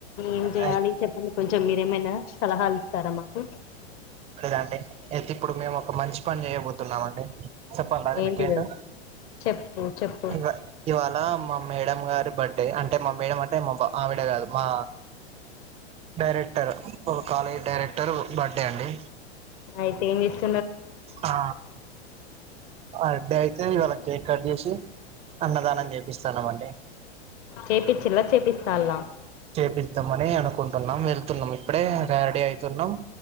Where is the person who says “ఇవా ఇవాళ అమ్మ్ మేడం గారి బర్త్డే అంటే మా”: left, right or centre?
Right